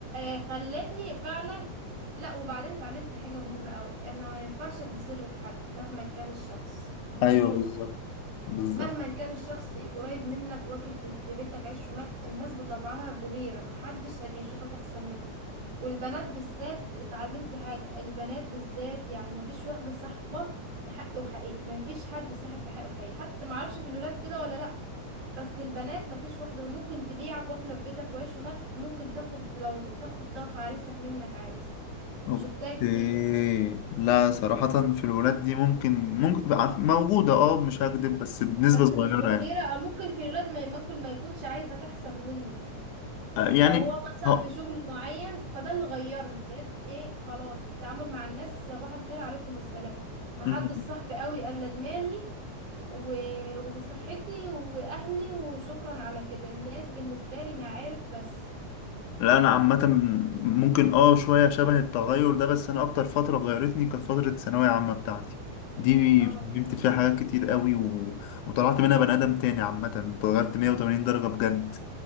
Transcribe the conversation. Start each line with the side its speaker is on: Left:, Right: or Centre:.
Right: آه خلتني فعلا لا وبعدين اتعلمت حاجة مهمة قوي انا ما ينفعش ادي سر لحد مهما كان الشخص
Left: <laughs>
Right: مين
Left: ايوه
Right: بال...
Left: بالظبط بالظبط
Right: مهما كان الشخص قريب منك واكل في, في بيتك عيش وملح الناس بطبعها بغيرة محدش بيشوفك احسن منك والبنات بالذات اتعلمت حاجة البنات بالذات يعني مفيش واحدة صاحبة بحق وحقيقي مفيش حد صاحب بحق وحقيقي حتى معرفش في الولاد كده ولا لا بس البنات مفيش واحدة ممكن تبيعك واكلة في بيتك وعيش وملح ممكن تاخد لو تاخد طرف عريسك منك عادي
Left: اوكي
Right: وشفتها كتير
Left: لا صراحة في الولاد دي ممكن ممكن عف- موجودة اه مش هكدب بس بنسبة
Right: بس
Left: صغيرة
Right: مش بالغيرة
Left: يعني
Right: او ممكن في الولاد ما- ممكن ما يكونش عايزك احسن منه
Left: آه، يعني
Right: لو هو مثلا
Left: اه
Right: في شغل معين فده اللي غيرني بقيت ايه خلاص التعامل مع الناس صباح الخير عليكم السلام محدش
Left: مم.
Right: صاحب قوي الا دماغي و... وصحتي واهلي وشكرا على كده الناس بالنسبة لي معارف بس
Left: لا انا عامه ممكن اه شويه شبه التغير ده بس انا اكتر فتره غيرتني كانت فتره الثانويه عامه بتاعتي دي
Right: اه
Left: فهمت فيها حاجات كتير قوي و... وطلعت منها بني ادم تاني عامه اتغيرت 180 درجه بجد